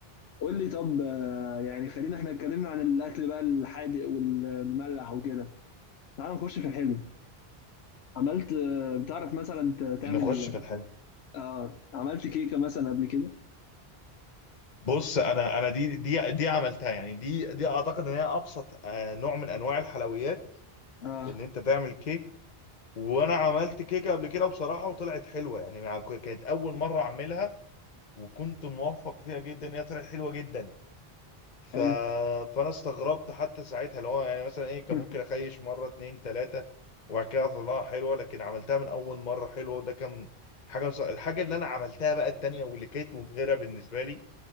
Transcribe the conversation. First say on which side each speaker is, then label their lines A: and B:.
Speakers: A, on the left (about 80°); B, on the left (about 45°).
A: قول لي طب آه، يعني خلينا احنا اتكلمنا عن الاكل بقى الحادق والمملح وكده تعال نخش في الحلو عملت آه، بتعرف مثلا ت- تعمل
B: نخش في الحلو
A: اه عملت كيكة مثلا قبل كده
B: بص انا انا دي دي دي عملتها يعني دي دي اعتقد ان هي ابسط آه، نوع من انواع الحلويات
A: اه
B: ان انت تعمل كيك وانا عملت كيكه قبل كده بصراحه وطلعت حلوه يعني مع- كانت اول مره اعملها وكنت موفق فيها جدا هي طلعت حلوه جدا ف...
A: حلو
B: فانا استغربت حتى ساعتها اللي هو يعني مثلا ايه كان
A: <laughs>
B: ممكن اخيش مره اتنين تلاته وبعد كده اطلعها حلوه لكن عملتها من اول مره حلوه وده كان حاجه مص... الحاجه اللي انا عملتها بقى التانيه واللي كانت مبهره بالنسبه لي